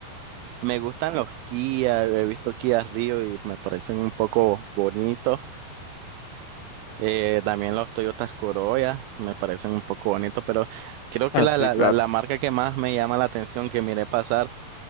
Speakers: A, on the right (about 85°); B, on the left (about 80°).
A: me gustan los Kia, he visto Kia Rio y me parecen un poco bonitos. Eh, también los Toyotas Corolla me parecen un poco bonitos, pero creo que
B: Ah,
A: la,
B: sí,
A: la,
B: claro.
A: la, la marca que más me llama la atención que miré pasar